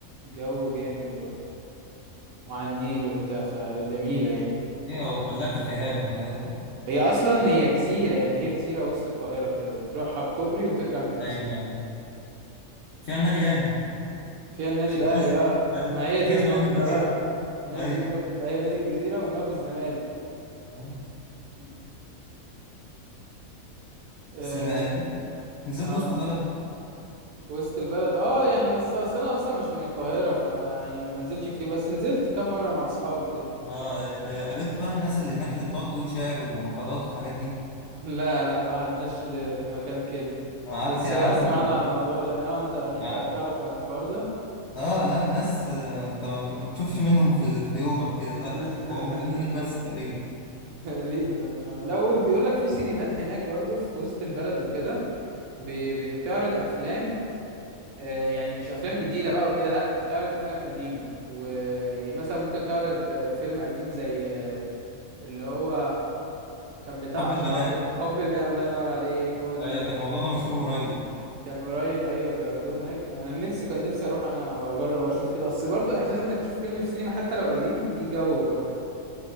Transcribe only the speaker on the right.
جو جامد برضو وعلى النيل وبتاع فجميلة يعني
هي اصلا هي جزيره يعني هي جزيره وسط القاهره كده بتروحها بكوبري وترجع من نفس
فيها النادي
الاهلي
اه ما
هي
دي
النكته
بقى نادي
النكته هي نادي الجزيره وان هو في الزمالك
مم. اه
انت
اه
وسط البلد اه يعني بس اصل انا اصلا مش من القاهره فما يعني ما بنزلش كتير بس نزلت كام مره مع اصحابي كده
<laughs> لا لا ما قعدناش ل- في مكان كده
بس
اسمع
انا على الموضوع ده اه انت ليك
هتعرف عن الحوار ده
<laughs>
تقريبا اه لا هو بيقول لك في سينمات هناك برضو في وسط البلد وكده بي- بتعرض افلام آه، يعني مش افلام جديده بقى وكده لا بتعرض افلام قديمه ويعني مثلا ممكن تعرض آه، فيلم قديم زي آه، اللي هو كان بتاع
اشرف
عبد الباقي حب الباقي الله ينور عليك هو ده
اللي كان
في
دماغي
بالظبط
كان قريب ايوه بيعرضوه هناك انا نفسي كان نفسي اروح انا واجرب اشوف كده اصل برضه احساس انك تشوف فيلم في سينما حتى لو قديم ليه جو برضه